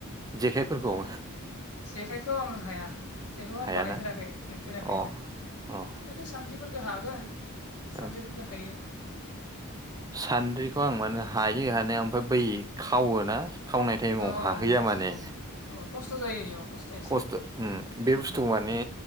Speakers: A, on the right (about 15°); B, on the left (about 85°).
A: जेखाइफोरखौ
B: जेखाइखौ आं हाया जेखाइखौ आं
A: हायाना
B: बानायफेराखै हेबफेराखै
A: अ
B: ओहो
A: अ
B: सानद्रिफोरखौ हागोन सानद्रिफोरखौ
A: ओं
B: हायो
A: सान्द्रिखौ आं माने हायो हानायाव ओमफ्राय बै खावोना खावनाय टाइमाव
B: औ
A: हाहैया
B: औ
A: माने
B: औ खस्थ' जायो इयाव एसे
A: खस्थ' उम बे
B: उम
A: बुस्थुखौ माने